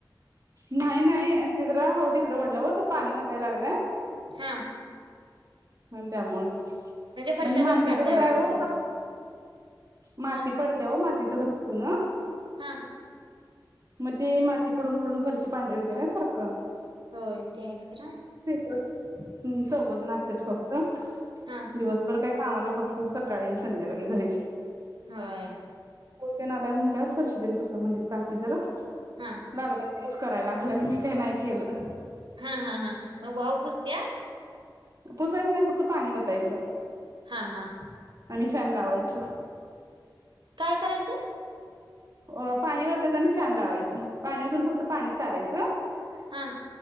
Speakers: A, on the right (about 45°); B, on the right (about 85°).
A: नाही नाही. ति जरा हौद इकडे वडला, हो तो पाणी वताय लागलंय
B: हा.
A: हो त्यामुळ <unintelligible>
B: फरशा
A: म्हणजे मातीचं
B: धुवून काढताय
A: घर
B: वाटतं
A: आहे हो
B: सगळ्या
A: माती
B: हा
A: पडत्या ओ माती तिचं घर जुनं
B: हा.
A: मग ते माती पडून, पडून फरशी पांढरी होते ना सारखं.
B: होय तेे आहेस खर.
A: <unintelligible> हम्म चौवघ जण असे फक्त दिवस
B: हा
A: बर काय! आम्हाला फक्त सकाळी आणि संध्याकाळी घरी -
B: होय
A: होते ना आल्याय म्हणल्यावर फरशीन पुसा म्हणत काकी जरा!
B: हा
A: लागलाय - तेच करायला लागलंय मी काय नाही केलं.
B: हां हां हां मग भाऊ पुस्त त्याल
A: पुसायच नाही फक्त पाणी वत! उठायचं
B: हा
A: -
B: हा
A: आणि फॅन लावायच.
B: काय करायचं.
A: अ पाणी ओतायच आणि फॅन लावायचं पाणी ओतून फक्त पाणी सारायचं -
B: हां